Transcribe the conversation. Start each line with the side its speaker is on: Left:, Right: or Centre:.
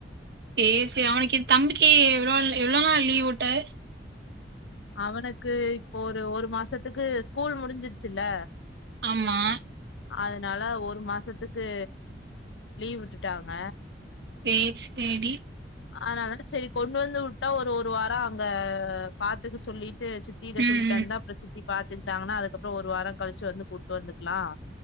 Right: செரி செரி அவனுக்கு தம்பிக்கு எவ்வளோ எவ்வளவு நாள் லீவ் உட்டர்
Left: அவனுக்கு இப்போ ஒரு ஒரு மாசத்துக்கு ஸ்கூல் முடிஞ்சிருச்சுல்ல
Right: ஆமா
Left: அதனால ஒரு மாசத்துக்கு லீவ் விட்டுட்டாங்க
Right: கேஸ் ஸ்டடி
Left: அதனால செரி கொண்டு வந்து உட்டா ஒரு ஒருவாரம் அங்க பாத்துக்க சொல்லிட்டு அது சித்தி
Right: ம்
Left: சொல்லிட்டு
Right: ம்
Left: வந்தா <inaudible> இப்படி பாத்துக்கிட்டாங்கன்னா அதுக்கப்புறம் ஒரு வாரம் கலிச்சு வந்து கூப்டு வந்துக்கலாம்